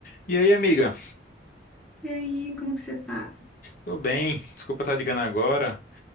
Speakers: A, on the left; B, in the centre.
A: E aí, amiga?
B: E aí, como que você tá?
A: Tô bem. Desculpa estar ligando agora.